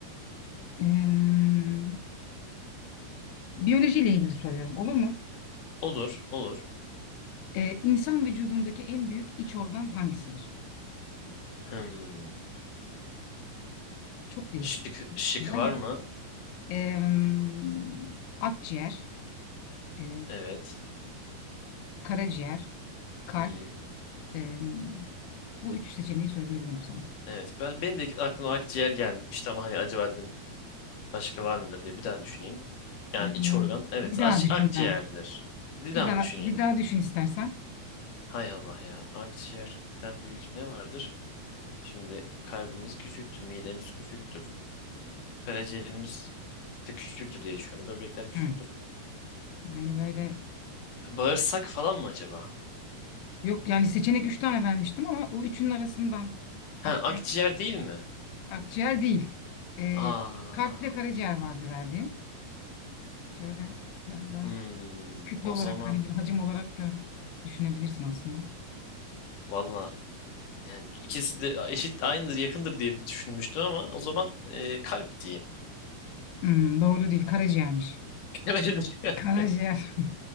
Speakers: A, on the left; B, on the left.
A: ee, biyolojiyle ilgili soruyorum. Olur mu?
B: Olur, olur.
A: Ee, insan vücudundaki en büyük iç organ hangisidir?
B: Hmm.
A: Çok değişik.
B: Şık, şık
A: Ben
B: var
A: de
B: mı?
A: em, akciğer, e,
B: Evet.
A: karaciğer, kalp.
B: Hı hı.
A: em, bu üç seçeneği söyleyebilirim sana.
B: Evet. Ben benim de aklıma akciğer gelmişti ama hani acaba dedim başka var mıdır diye bir daha düşüneyim. Yani
A: Ee,
B: iç organ. Evet,
A: bir daha
B: aç,
A: düşün
B: akciğerdir.
A: ben.
B: Bir
A: Bir
B: daha
A: daha
B: mı düşüneyim?
A: bir daha düşün istersen.
B: Hay Allah ya. Akciğerden büyük ne vardır? Şimdi kalbimiz küçüktür, midemiz küçüktür. Karaciğerimiz de küçüktür diye düşünüyorum. Böbrekler küçüktür.
A: Hı. Yani böyle
B: Bağırsak falan mı acaba?
A: yok yani seçenek üç tane vermiştim ama o üçünün arasından
B: Ha,
A: akciğer,
B: akciğer değil mi?
A: akciğer değil. Ee,
B: Aa.
A: kalple karaciğer vardı verdiğim. Şöyle biraz daha
B: Hmm,
A: Kütle
B: o
A: olarak
B: zaman
A: hani bir hacim olarak da düşünebilirsin aslında.
B: valla yani ikisi de eşit aynıdır yakındır diye düşünmüştüm ama o zaman e, kalp diyeyim.
A: Hmm, doğru değil. Karaciğermiş.
B: <laughs>
A: Karaciğer.